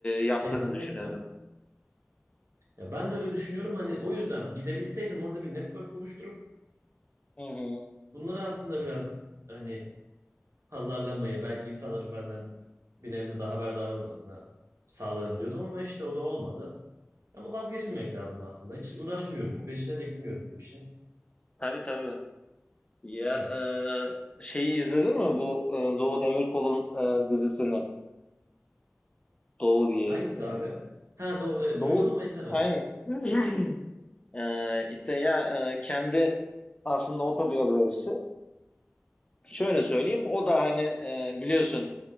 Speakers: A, on the left; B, on the right.
A: yaptığını
B: Kesinlikle.
A: düşünüyorum.
B: Ya ben de öyle düşünüyorum. Hani o yüzden gidebilseydim orada bir network oluşturup
A: Hı hı.
B: bunları aslında biraz hani pazarlamayı belki insanların benden bir nebze daha haberdar olmasına sağlarım diyordum ama işte o da olmadı. Ama vazgeçmemek lazım aslında. Hiç uğraşmıyorum da. Peşine de gitmiyorum bu işin.
A: Tabii tabii. Ya
B: Evet.
A: e, şeyi izledin mi bu e, Doğu Demirkol'un e, dizisini? Doğu diye.
B: Hangisi
A: e,
B: abi? Ha do e,
A: Doğu
B: duydum ama izlemedim.
A: aynen. <laughs> E, işte ya e, kendi aslında otobiyografisi. Şöyle söyleyeyim o da hani e, biliyorsun